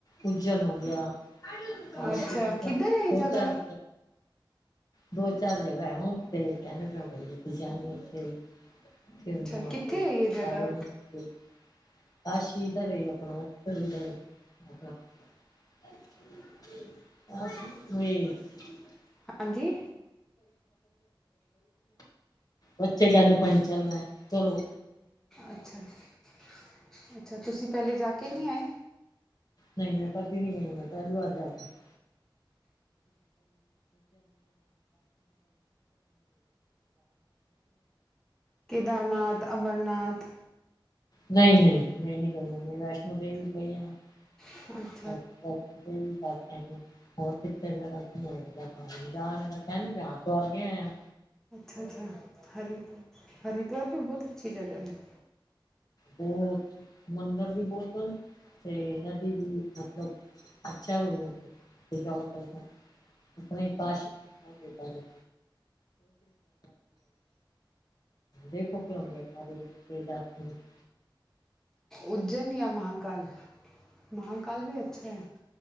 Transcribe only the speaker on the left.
ਉਜੈਨ ਹੋ ਗਿਆ। ਕਾਸ਼ੀ
ਤਾਂ
ਹੋ
ਚਾਲ ਦੋ-ਚਾਰ ਜਗ੍ਹਾ ਹੈ ਵ ਉੱਥੇ ਕਹਿੰਦੇ ਪਿਆ ਪਈ ਉੱਥੇ। ਅੱਛੇ
ਹੁੰਦੇ ਆਪੇ
ਸਾਰੇ <unintelligible> <unintelligible>
<inaudible> ਬੱਚੇ ਕਹਿੰਦੇ ਭੈ ਚੱਲਣਾ ਚਲੋ
ਨਹੀਂ ਮੈਂ ਪ ਵੀ ਨਹੀਂ ਗਈ ਹ ਮੈਂ ਪਹਿਲੀ ਵਾਰ ਜਾਣਾ <inaudible> <inaudible>
ਨਹੀਂ-ਨਹੀਂ ਮੈਂ ਨਹੀਂ ਗਹੀ ਹਾਂ ਮੈਂ ਵੈਸ਼ਨੋ ਦੇਵੀ ਗਈ ਹਾਂ।
<inaudible> ਹੋਰ ਕਿਥੇ ਮੈਂ ਜਾ ਤਾਂ ਕਹਿਣ ਨ ਵਿਹ ਚ ਵਰ ਗ <unintelligible>
ਬਹੁ ਮੰਦਿਰ ਵੀ ਬਹੁਤ ਹਨ ਤੇ ਨਦੀ ਵੀ ਮਤਲਬ ਅੱਛਾ ਹੋ ਹੋਟਲ <unintelligible> ਆਪਣੇ ਕਾਸ਼ ਸੋਚੈਂ ਕਾਸ਼ੀ ਦੇਖੋ <unintelligible>